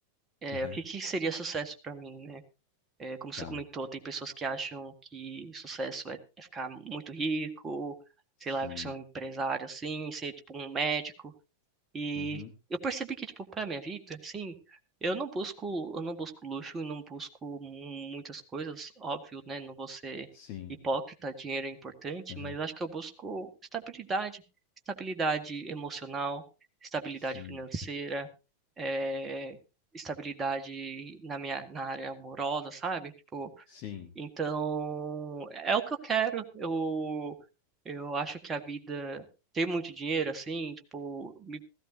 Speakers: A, on the right; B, on the left.
A: É,
B: aham.
A: o que que seria sucesso pra mim, né? É, como
B: Tá.
A: você comentou, tem pessoas que acham que sucesso é, é ficar muito rico,
B: Sim.
A: sei lá, ser um empresário assim, ser tipo um médico. E
B: Uhum.
A: eu percebi que, tipo, pra minha vida, assim, eu não busco, eu não busco luxo e não busco mu- muitas coisas, óbvio, né? Não vou ser
B: Sim.
A: hipócrita, dinheiro é importante,
B: Aham.
A: mas acho que eu busco estabilidade, estabilidade emocional, estabilidade
B: Sim.
A: financeira, eh, estabilidade na minha, na área amorosa, sabe? Tipo,
B: Sim.
A: então, é o que eu quero. Eu, eu acho que a vida ter muito dinheiro, assim, tipo, me